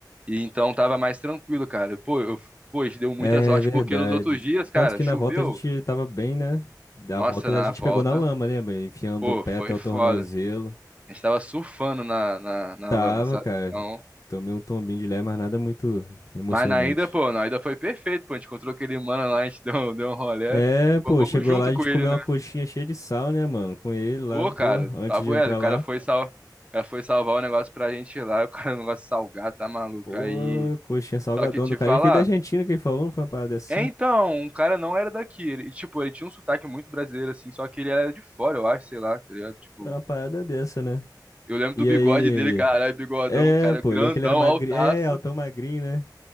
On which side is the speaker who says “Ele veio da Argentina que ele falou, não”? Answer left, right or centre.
Left